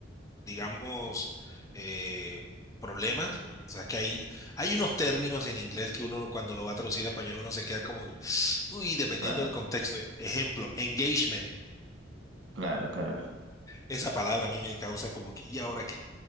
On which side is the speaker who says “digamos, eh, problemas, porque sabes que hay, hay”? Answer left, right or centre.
Left